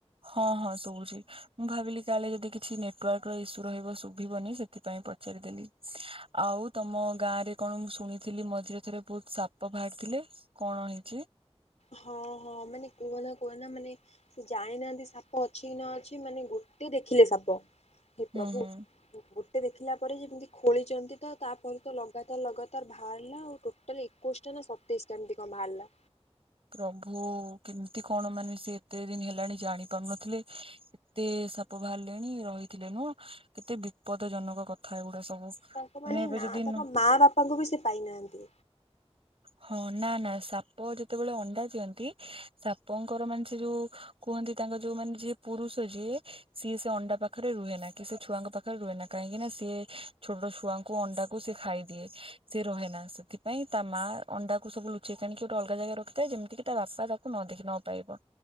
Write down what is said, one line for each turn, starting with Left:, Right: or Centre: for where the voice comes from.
Right: ହଁ ହଁ ଶୋଉଚି। ମୁଁ ଭାବିଲି କାଳେ ଯଦି କିଛି ନେଟୱାର୍କ ର ଇସ୍ୟୁ ରହିବ ଶୁଭିବନି ସେଥିପାଇଁ ପଚାରିଦେଲି ଆଉ ହଉ ତମ ଗାଁ ରେ କଣ ମୁଁ ଶୁଣିଥିଲି ମଝିରେ ଥରେ ବହୁତ ସାପ ବାହାରି ଥିଲେ କଣ ହେଚି?
Left: ହଁ ହଁ ମାନେ କୁହନା କୁହନା ମାନେ ସେ ଜାଣିନାହାନ୍ତି ସାପ ଅଛି କି ନ ଅଛି ମାନେ ଗୋଟେ ଗୋତେ ଦେଖିଲେ ସାପ ହେ
Right: ହୁଁ
Left: ପ୍ରଭୁ
Right: ହୁଁ
Left: ଏ ଦେଖିଲା ପରେ ଯେମିତି ଖୋଳିଛନ୍ତି ତ ତାପରେ ତ ଲଗାତାର ଲଗାତାର ବାହାରିଲା ଆଉ ଟୋଟାଲ ଏକୋଇଶଟା ସତେଇଶ ଟା ଏମିତି କଣ ବାହାରିଲା।
Right: ପ୍ରଭୁ କେମିତି କଣ ମାନେ ସେ ଏତେ ଦିନ ହେଲାଣି ଜାଣି ପାରୁନଥିଲେ ଏତେ ପ ବାହାରିଲେଣି ରହିଥିଲେ ନୁଁ କେତେ ବିପଦ ଜନକ କଥା ଏଗୁଡା। ସବୁ।
Left: ତାଙ୍କ ମାନେ
Right: ଏବେ
Left: ନା
Right: ଯଦି
Left: ତାଙ୍କ
Right: ନ
Left: ମା ବାପାଙ୍କୁ ବି ସେ ପାଇନାହାନ୍ତି।
Right: ହଁ ନା ନା ସାପ ଯେତେବେଳେ ଅଣ୍ଡା ଦିଅନ୍ତି ସାପଙ୍କର ମାନେ ସେ ଯୋଉ କୁହନ୍ତି ତାଙ୍କ ଯୋଉ ମାନେ ଯିଏ ପୁରୁଷ ଯିଏ ସିଏ ସେ ଅଣ୍ଡା ପାଖରେ ରୁହେ ନା କି ସେ ଛୁଆଙ୍କ ପାଖରେ ରୁହେ ନା କାହିଁକି ସ ଛୋଟ ଛୁଆଙ୍କୁ ଅଣ୍ଡା କୁ ସେ ଖାଇଦିଏ ସେ ରହେନା ସେଥିପାଇଁ ତା ମା ଅଣ୍ଡା କୁ ସବୁ ଲୁଚେଇ କଣି ଗୋଟେ ଅଲଗା ଜାଗା ଏ ଯେମିତିକି ତା ବାପା ତାକୁ ନ ଦେଖି ନ ପାଇବ